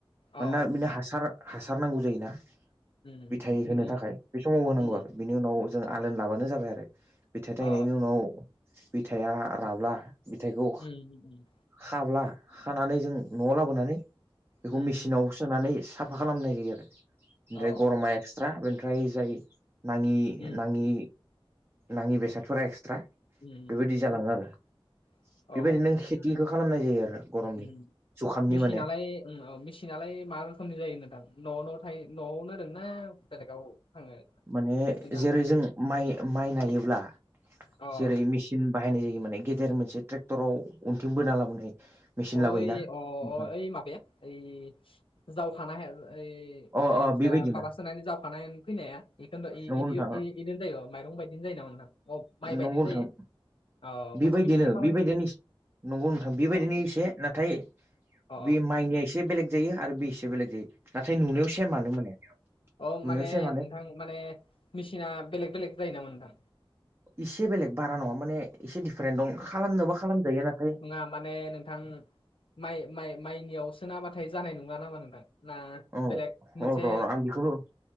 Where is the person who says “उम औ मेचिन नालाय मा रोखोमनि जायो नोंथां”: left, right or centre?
Left